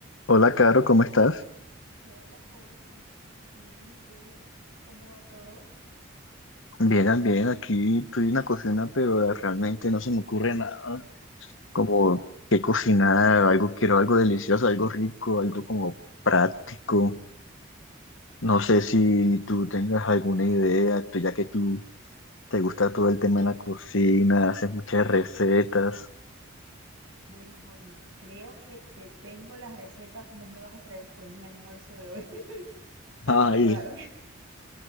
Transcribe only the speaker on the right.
Hola, Holman. Bien, ¿y tú? ¿Cómo va todo?
Uy,
bueno, Holman, creo que te tengo las recetas. No me vas a creer, fue mi almuerzo de hoy. <laughs> Pero
de verdad,